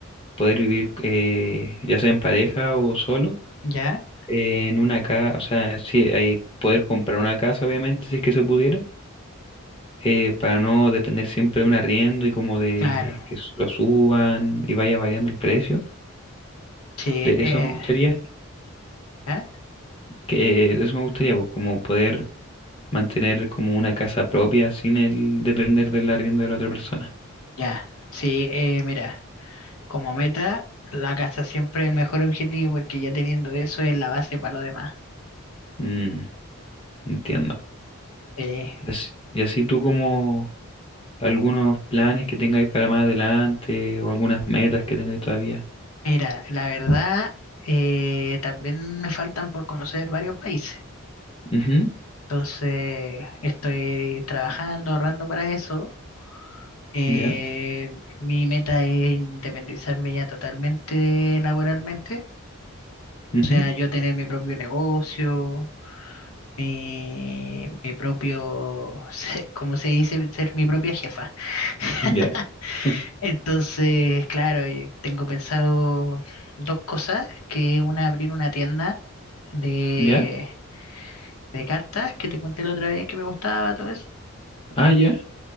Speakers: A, on the left (about 25°); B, on the left (about 85°).
A: poder vivir eh, ya sea en pareja o solo,
B: ya,
A: en una casa, o sea, sí, eh, poder comprar una casa, obviamente, si es que se pudiera, eh, para no depender siempre de un arriendo y como de
B: claro.
A: que su- lo suban y vaya variando el precio.
B: Sí,
A: De eso
B: eh,
A: me gustaría,
B: ¿ya?
A: que, de eso me gustaría, pues, como poder mantener como una casa propia sin el depender del arriendo de la otra persona.
B: Ya. Sí, eh, mira, como meta, la casa siempre es el mejor objetivo porque ya teniendo eso es la base para lo demás.
A: Mm, entiendo.
B: Eh,
A: Y así, y así tú como algunos planes que tengáis para más adelante o algunas metas que tengáis todavía.
B: mira, la verdad, eh, también me faltan por conocer varios países.
A: Ujú,
B: Entonces, estoy trabajando, ahorrando para eso Eh,
A: Ya.
B: mi meta es independizarme ya totalmente laboralmente,
A: ujú,
B: o sea, yo tener mi propio negocio, mi, mi propio, <laughs> como se dice, ser mi propia jefa. <laughs>
A: Ya. <laughs>
B: Entonces, claro, y tengo pensado dos cosas, que una abrir una tienda de,
A: ¿Ya?
B: de cartas, que te conté la otra vez que me gustaba, todo eso,
A: Ah, ya.